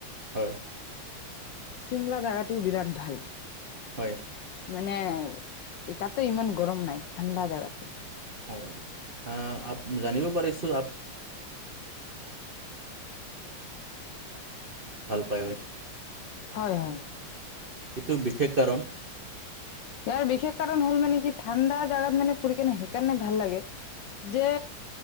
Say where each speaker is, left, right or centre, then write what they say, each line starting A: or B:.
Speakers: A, on the right; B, on the left.
A: হয়-
B: চিমলা জোগাটোও বিৰাট ভাল-
A: হয়-
B: মানে তাতে ইমান গৰম নাই ঠাণ্ডা জোগাতো
A: হয় আ আ জানিব। চে ভ
B: হয় হয়
A: এইটো বিশেষ কাৰণ
B: ইয়াৰ বিশেষ কাৰণ হ'ল মানে কি ঠাণ্ডা জাগাত মানে ফুৰি কেনে সেইকাৰণে ভাল লাগে যে